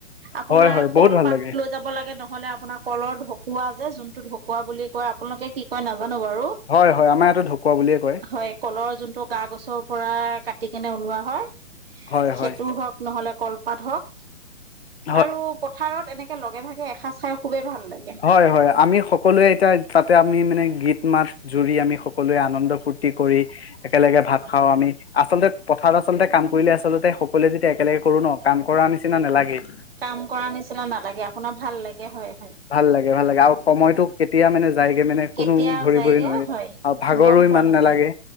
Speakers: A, on the right; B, on the left.
A: আপোনাৰ
B: হয় হয় বহুত
A: কলপাত
B: ভাল লাগে
A: লৈ- যাব লাগে নহলে আপোনাৰ কলৰ ঢকুৱা যে যোনটো ঢকুৱা বুলি কয় আপোনালোকে কি কয় নাজানো বাৰু।
B: হয় হয় আমাৰ ইটা ঢকুৱা বুলিয়েই -
A: হয় কলৰ যোনটো গা গছৰ পৰা কাটি কেনে ওলোৱা হয়।
B: হয়
A: সেইটোও
B: হয়
A: হওক নহ'লে কল - পাত হ‌ওক
B: হয়
A: আৰু পথাৰত এনেকে লগে ভাগে এসাঁজ খাই খুবেই ভাল লাগে।
B: হয় হয় আমি সকলোৱে এতিয়া তাতে আমি মানে গীত মাত - জুৰি আমি সকলোৱে আনন্দ ফূৰ্তি কৰি একেলগে ভাত খাওঁ আমি, আচলতে - পথাৰত আচলতে কাম কৰিলে আচলতে সকলোৱে যেতিয়া একেলগে কৰো ন কাম কৰাৰ নিচিনা নেলাগেই।
A: কাম কৰা নিচিনা নালাগে আপোনাৰ ভাল লাগে হয় হয়।
B: ভাল লাগে ভাল লাগে আৰু সময়টো কেতিয়া মানে - যায়গে মানে
A: কেতিয়া
B: কোনো ধৰিবই
A: যায়গে
B: নোৱাৰে
A: হয়
B: আৰু ভাগৰো
A: গম পোৱা
B: ইমান
A: নাযায়
B: নেলাগে।